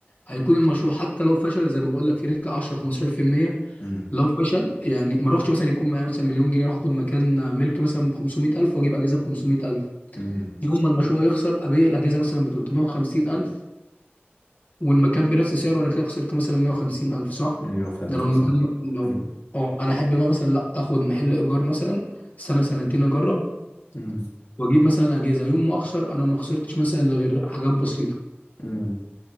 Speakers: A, on the left; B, on the left.
A: هيكون المشروع حتى لو فشل زي ما بقول لك في ريسك 10 15%
B: امم
A: لو فشل يعني ما اروحش مثلا يكون معايا مثلا مليون جنيه اروح اخد مكان ملك مثلا ب 500000 واجيب اجهزه ب 500000
B: امم
A: يوم ما المشروع يخسر ابيع الاجهزه مثلا ب 350 الف والمكان بنفس سعره انا كده خسرت مثلا 150 الف صح
B: ايوه فهمتك
A: ده لو المكان
B: صح
A: لو
B: امم
A: اه انا احب بقى مثلا لا اخد محل ايجار مثلا سنه سنتين اجرب
B: امم
A: واجيب مثلا اجهزه يوم ما اخسر انا ما خسرتش مثلا إلا غير حاجات بسيطه
B: امم